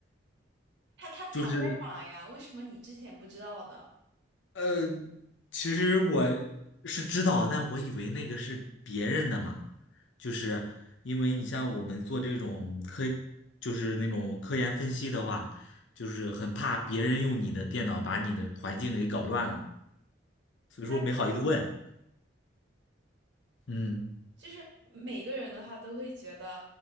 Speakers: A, on the right; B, on the left.
A: 它它藏在哪呀？
B: 就是。
A: 为什么你之前不知道的？
B: 呃，其实我是知道，但我以为那个是别人的嘛，就是因为你像我们做这种科，就是那种科研分析的话，就是很怕别人用你的电脑把你的环境给搞乱了，所以说没好意思问。
A: 那可以啊，
B: 嗯，
A: 就是每个人的话都会觉得，